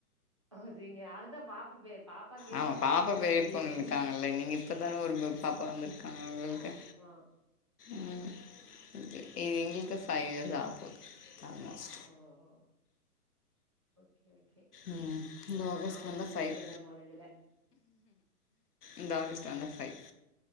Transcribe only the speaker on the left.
ஆமா
பாப்பா
பெரிய
பொண்ணு இருக்காங்கல்ல நீங்க இப்பதான ஒரு ப பாப்பா வந்திருக்காங்க ஒங்கள்க்கு
ம் ஓகே எங்களுக்கு ஃபைவ் ஏர்ஸ் ஆவப்போது செவென் மாஸ்
ம் இந்த
ஆகஸ்ட்
வந்தா ஃபைவ்
இந்த ஆகஸ்ட் வந்தா ஃபைவ்